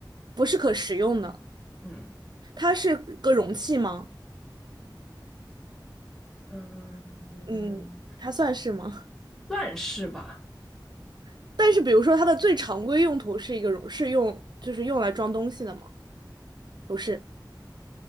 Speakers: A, on the right; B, in the centre.
A: 不是可食用的，
B: 嗯
A: 它是个容器吗？
B: 嗯，
A: 嗯，它算是吗？
B: 算是吧，
A: <laughs> 但是比如说它的最常规用途是一个容，是用就是用来装东西的吗？不是，